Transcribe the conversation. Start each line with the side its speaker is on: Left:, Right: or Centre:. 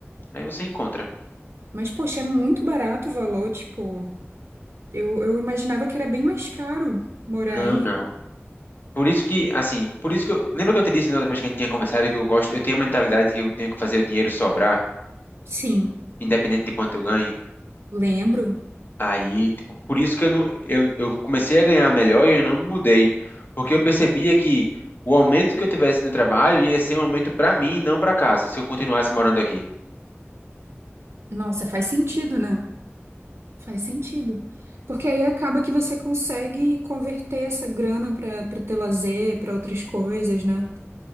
Left: Aí você encontra.
Right: Mas, poxa, é muito barato o valor, tipo, eu, eu imaginava que era bem mais caro morar
Left: Não,
Right: aí.
Left: não. Por isso que, assim, por isso que eu. Lembra que eu te disse na outra vez que a gente tinha conversado que eu gosto, eu tenho a mentalidade que eu tenho que fazer o dinheiro sobrar,
Right: Sim,
Left: independente de quanto eu ganhe?
Right: lembro.
Left: Aí, tipo, por isso que eu, não, eu, eu comecei a ganhar melhor e eu não me mudei, porque eu percebia que o aumento que eu tivesse no trabalho ia ser um aumento para mim, não para casa, se eu continuasse morando aqui.
Right: Nossa, faz sentido, né? Faz sentido. Porque aí acaba que você consegue converter essa grana para para teu lazer, para outras coisas, né?